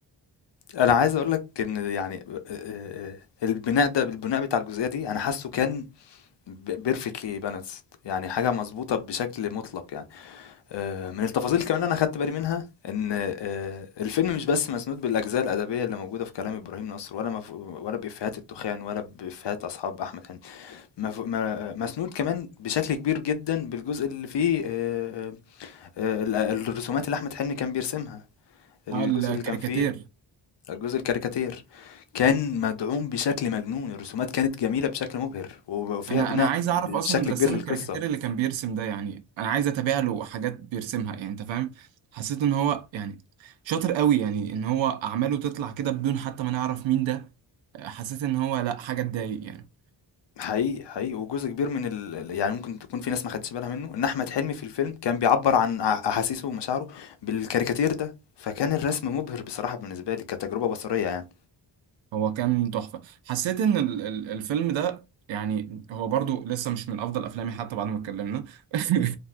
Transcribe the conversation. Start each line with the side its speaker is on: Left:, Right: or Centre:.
Left: أنا عايز أقول لك إن يعني آآ البناء ده البناء بتاع الجزئية دي أنا حاسّه كان ب perfectly balanced يعني حاجة مضبوطة بشكل مُطلق يعني. آآ من التفاصيل كمان اللي أنا خدت بالي منها إن آآ الفيلم مش بس مسنود بالأجزاء الأدبية اللي موجودة في كلام إبراهيم نصر ولا مف ولا بإفيهات التخان ولا بإفيهات أصحاب أحمد حلمي، مف ما مسنود كمان بشكل كبير جدًا بالجزء اللي فيه آآ آآ ال الرسومات اللي أحمد حلمي كان بيرسمها، الجزء
Right: اه الكاريكاتير
Left: اللي كان فيه الجزء الكاريكاتير كان مدعوم بشكل مجنون الرسومات كانت جميلة بشكل مبهر وفيها
Right: انا
Left: بناء
Right: انا عايز اعرف
Left: بشكل
Right: اصلا رسام
Left: كبير للقصة
Right: الكاريكاتير اللي كان بيرسم ده يعني انا عايز اتابع له حاجات بيرسمها يعني انت فاهم حسيت ان هو يعني شاطر قوي يعني ان هو اعماله تطلع كده بدون حتى ما نعرف مين ده حسيت ان هو لا حاجه تضايق يعني
Left: حقيقي حقيقي وجزء كبير من ال... يعني ممكن تكون في ناس ما خدتش بالها منه ان احمد حلمي في الفيلم كان بيعبر عن أح- احاسيسه ومشاعره بالكاريكاتير ده فكان الرسم مبهر بصراحة بالنسبة لي كتجربة بصرية يعني
Right: هو كان تحفة حسيت ان ال- ال- الفيلم ده يعني هو برضو لسه مش من افضل افلامي حتى بعد ما اتكلمنا <laughs>